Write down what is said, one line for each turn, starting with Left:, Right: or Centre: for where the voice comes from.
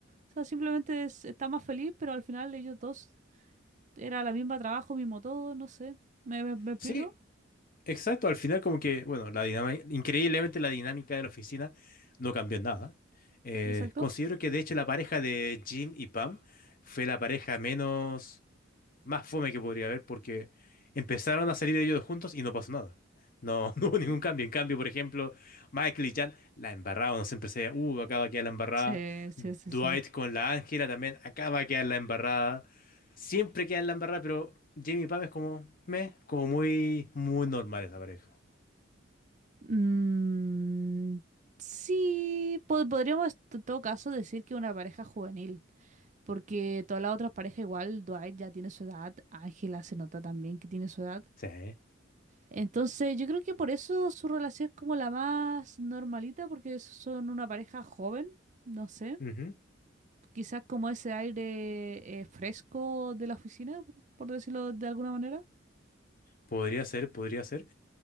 Right: O sea, simplemente es- está más feliz, pero al final ellos dos era la misma trabajo, mismo todo, no sé. ¿Me, me me explico?
Left: Sí, Exacto, al final como que, bueno, la dinámica, increíblemente la dinámica de la oficina no cambió en nada. Eh,
Right: Exacto.
Left: considero que de hecho la pareja de Jim y Pam fue la pareja menos más fome que podría haber porque empezaron a salir ellos juntos y no pasó nada. No, <laughs> no hubo ningún
Right: Ujú.
Left: cambio. En cambio, por ejemplo, Michael y Jan la embarraban, no siempre se decía, uh, acá va a quedar la embarrada.
Right: Sí, sí, sí,
Left: Dwight
Right: sí.
Left: con la Ángela también, acá va a quedar la embarrada. Siempre queda en la embarrada, pero Jamie y Pam es como, meh, como muy, muy normal esa pareja.
Right: Mm, sí, po- podríamos en todo caso decir que una pareja juvenil, porque todas las otras parejas igual, Dwight ya tiene su edad, Ángela se nota también que tiene su edad.
Left: Sí. ¿eh?
Right: Entonces, yo creo que por eso su relación es como la más normalita, porque son una pareja joven, no sé,
Left: ujú.
Right: quizás como ese aire eh, fresco de la oficina, por por decirlo de alguna manera.
Left: Podría ser, podría ser.